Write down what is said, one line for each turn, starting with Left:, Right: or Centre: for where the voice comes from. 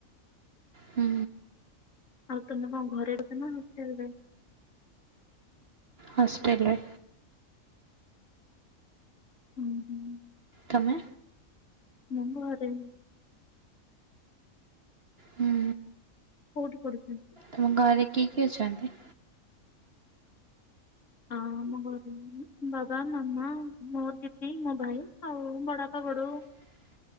Right: ହୁଁ।
Left: ଆଉ ତମେ କଣ ଘରେ ରହୁଛ ନା ହଷ୍ଟେଲ ରେ?
Right: ହଷ୍ଟ୍ରେଲ ରେ।
Left: ହୁଁ ହୁଁ।
Right: ତମେ?
Left: ମୁଁ ଘରେ।
Right: ହୁଁ
Left: କଉଠି ପଢୁଛନ୍ତି?
Right: ତମ ଘରେ କିଏ କିଏ ଅଛନ୍ତି?
Left: ହଁ ମୋ ଘରୁ ବାବା, ମାମା, ମୋ ଦିଦି, ମୋ ଭାଇ, ଆଉ ବଡ଼ବାପା, ବଡ ବଉ।
Right: <inaudible>